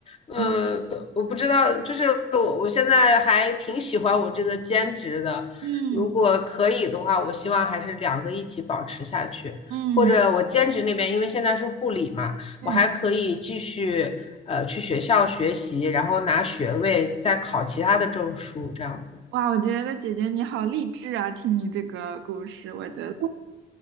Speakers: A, on the left; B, on the right.
A: 嗯，
B: 嗯
A: 我不知道，就是我我现在还挺喜欢我这个兼职的，
B: 嗯
A: 如果可以的话，我希望还是两个一起保持下去，
B: 嗯
A: 或者我兼职那边，因为现在是护理嘛，
B: 嗯，
A: 我还可以继续呃去学校学习，然后拿学位，再考其他的证书，这样子，
B: 哇，我觉得姐姐你好励志啊，听你这个故事，我觉得。